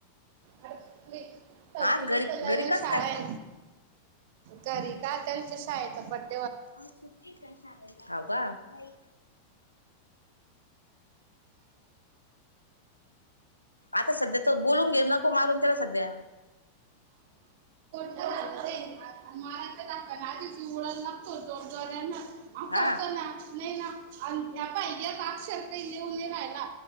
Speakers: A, on the right; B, on the left.
A: अच ह तर
B: आज घरी
A: नवीन
B: घरी कस
A: शाळा
B: काय
A: आहे घरी का त्यांचं शाळेचा पट
B: ह का नाहीई आता सध्या तो बोलून घेऊ नको मारून त्याला सध्या
A: महा ा तो दोन दार आहे ना अ
B: हा
A: करतो ना नाही ना. अ या पाहि्यात अक्षर काही लिहून नाही राहिला.